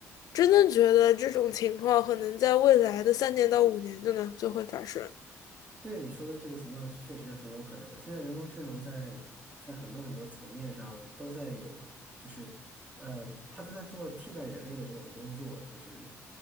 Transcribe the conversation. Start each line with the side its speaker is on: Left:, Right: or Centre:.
Left: 真的觉得这种情况可能在未来的三年到五年就能就会发生
Right: 对你说的这个情况是确实是很有可能的。现在人工智能在在很多很多层面上都在有，就是呃，它都在做替代人类的这种工作，就是。